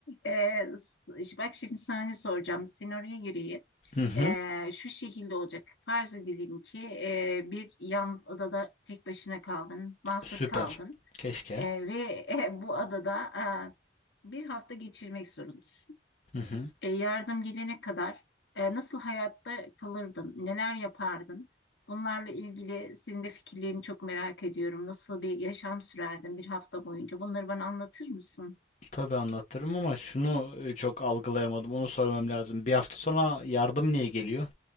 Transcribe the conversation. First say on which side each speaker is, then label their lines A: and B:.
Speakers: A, on the left; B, on the left.
A: Ee, s- Bak şimdi sana ne soracağım. Senaryo gereği
B: Hı hı.
A: e, şu şekilde olacak. Farz edelim ki e, bir yalnız adada tek başına kaldın, mahsur
B: Süper.
A: kaldın.
B: Keşke.
A: E, ve e, bu adada e, bir hafta geçirmek zorundasın.
B: Hı hı.
A: E, yardım gelene kadar e, nasıl hayatta kalırdın, neler yapardın? Bunlarla ilgili senin de fikirlerini çok merak ediyorum. Nasıl bir yaşam sürerdin bir hafta boyunca? Bunları bana anlatır mısın?
B: Tabii anlatırım ama şunu e, çok algılayamadım. Onu sormam lazım. Bir hafta sonra yardım niye geliyor?